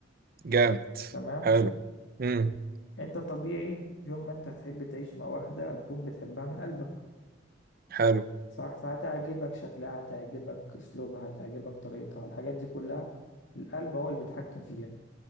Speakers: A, on the right; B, on the left.
A: جامد
B: تمام
A: حلو امم
B: انت طبيعي يوم ما انت هتحب تعيش مع واحدة هتكون بتحبها من قلبك
A: حلو
B: صح فهتعجبك شكلها هتعجبك اسلوبها هتعجبك طريقتها الحاجات دي كلها القلب هو اللي بيتحكم فيها